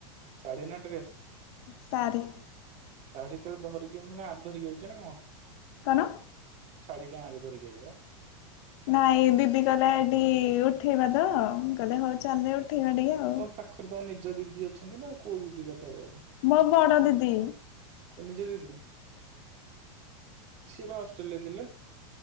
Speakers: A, on the right; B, on the left.
A: ଶାଢ଼ୀ ନା ଡ୍ରେସ୍।
B: ସାରି।
A: ଶାଢ଼ୀ ତଳେ ଧରିକି ମାନେ ଆଦରି କି ଯାଇଚ ନା କଣ।
B: କଣ?
A: ଶାଢ଼ି ଗାଁରେ ଧରିକି ଆଇଚ।
B: ନାଇଁ ଦିଦି କହିଲେ ଏଠି ଉଠେଇବା ତ କହିଲେ ହଉ ଚାଲ ଉଠେଇବା ଟିକେ ଆଉ।
A: ତମ ପାଖରେ ତମ ନିଜ ଦିଦି ଅଛନ୍ତି ନା କୋଉ ଦିଦି କଥା କହୁଛ?
B: ମୋ ବଡ ଦିଦି।
A: ତୁମ ନିଜ ଦିଦି ସିଏ ବା ହଷ୍ଟେଲରେ ଥିଲେ।